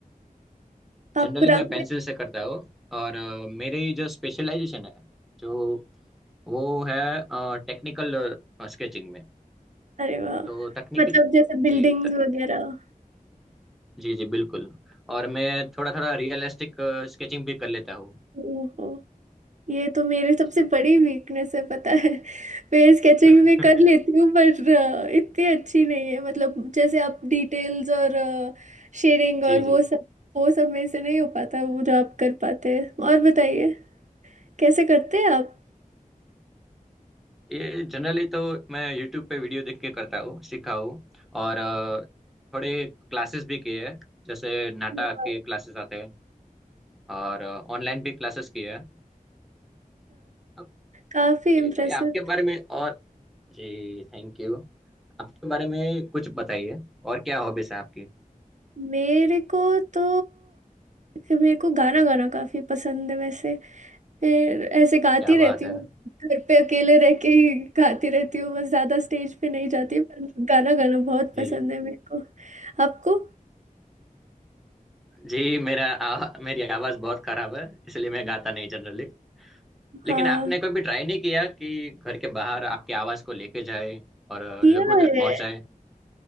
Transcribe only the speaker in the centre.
जनरली
मैं पेंसिल
से करता हूँ और अ, मेरी जो स्पेशलाइजेशन है जो वो है टेक्निकल स्केचिंग में
तो तकनीकी
जी
त,
जी जी बिल्कुल और मैं थोड़ा थोड़ा रियलिस्टिक स्केचिंग भी कर लेता हूँ
जी
<laughs>
जी जी
ये जनरली तो मैं यूट्यूब पे वीडियो देख के करता हूँ सीखा हूँ और अ, थोड़े क्लासेस भी किए हैं जैसे नाटा
के क्लासेस आते हैं और ऑनलाइन भी क्लासेस किए हैं अब
ये थोड़ी आपके बारे में और जी थैंक यू आपके बारे में कुछ बताइए और क्या हॉबीज है आपकी
क्या बात
है
जी
जी मेरा आवा, मेरी आवाज बहुत खराब है इसलिए मैं गाता नहीं जनरली लेकिन
आपने कभी ट्राई नहीं किया कि घर के बाहर आपकी आवाज को लेके जाए और अ,
लोगों
तक पहुंचाए